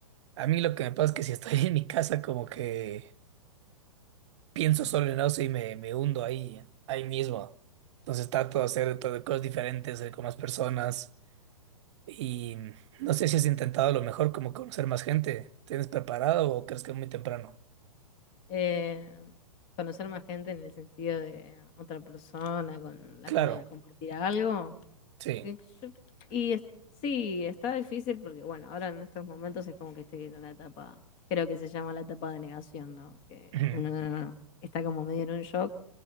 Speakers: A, on the right; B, on the left.
A: a mí lo que me pasa es que si estoy <laughs> en mi casa como que pienso solo en eso y me, me hundo ahí, ahí mismo. Entonces trato de hacer todo, cosas diferentes, salir con más personas Y no sé si has intentado a lo mejor como conocer más gente. ¿Tienes preparado o crees que es muy temprano?
B: Eh, conocer más gente en el sentido de otra persona con la
A: Claro,
B: cual compartir algo.
A: sí.
B: Y, yo- y es- sí, está difícil porque, bueno, ahora en estos momentos es como que estoy en una etapa, creo que se llama la etapa de negación, ¿no? Que
A: <clears throat> Ujú.
B: uno no- no- no, está como medio en un shock.